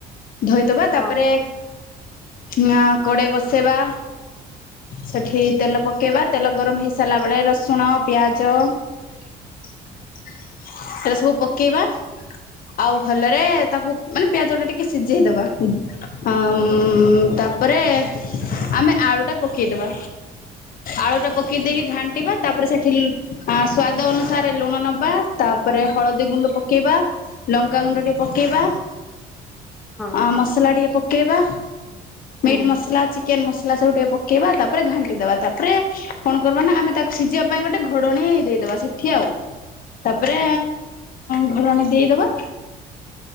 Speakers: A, on the left (about 55°); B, in the centre.
A: ଧୋଇଦବା ତାପରେ
B: ହଁ
A: ନା କଡ଼େଇ ବସେଇବା ସେଠି ତେଲ ପକେଇବା ତେଲ ଗରମ ହେଇ ସାରିଲା ବଳେ ରସୁଣ ପିଆଜ। ଏରା ସବୁ ପକେଇବା। ଆଉ ଭଲରେ ତାକୁ ମାନେ ପିଆଜ ଟା ଟିକେ ସିଜେଇଦବା। ଅଁ ମ ତାପରେ ଆମେ ଆଳୁଟା ପକେଇଦବା। ଆଳୁଟା ପ କେଇ ଦେଇକି ଘାଣ୍ଟିବା ତାପରେ ସେଠି ଲୁ ଆ ସ୍ଵାଦ ଅନୁସାରେ ଲୁଣ ନବା ତାପରେ ହଳଦୀ ଗୁଣ୍ଡ କେଇବା ଲଙ୍କାଗୁଣ୍ଡ ଟିକେ ପକେଇବା
B: ହଁ
A: ଆ ମସଲା ଟିକେ କେଇବା
B: ହୁଁ
A: ମିଟ୍ ମସଲା ଚିକେନ ମସଲା ସବୁ ଟିକେ ପକେଇବା ତାପରେ ଘାଣ୍ଟି ଦବା ତାପରେ। କଣ କରବା ନା ଆମେ ତାକୁ ସିଜିବା ପାଇଁ ଗୋଟେ ଘୋଡଣୀ ଦେଇଦବା ସେଠି ଆଉ। ତାପରେ ଘୋଡଣି ଦେଇଦବା